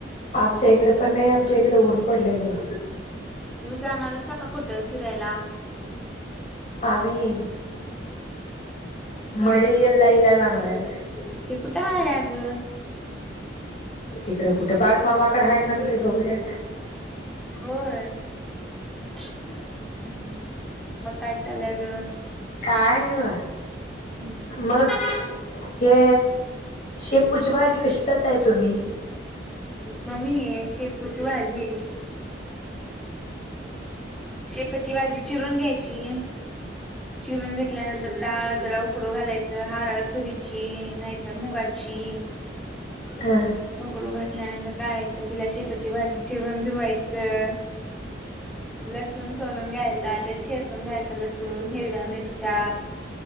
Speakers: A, on the left (about 45°); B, in the centre.
A: आमच्या इकडे पण नाही आमच्या इकडे ऊन पडलाय बघा.
B: तुम्ही जाणार अस का कुठं फिरायला
A: आम्ही
B: ब
A: मडेला इला जाणार आहे बघ
B: हे कुठं ह आहे अजून
A: तिकड कुठं बाळ मामाकड आहे पण बा बघूयात.
B: होय हम् मग काय चालय अजून
A: काय नाही बघा.
B: हम्म
A: मग हे शेपूची भाजी कशी करताय तुम्ही?
B: म्मी शे तू शवाजी शेपाची भाजी चिरून घ्यायची. चिरून घेतल्यानंतर डाळ जरा उकडू घालायचं हारळ तुरीची नाही. तर मुगाची
A: हा.
B: उकडू घातल्यानंतर काढायचं तिला शेपाची भाजी चिरून धुवायचं. लसुण सोनून घ्यायच आता ठेसून घ्यायच लस. हिरव्या मिरच्या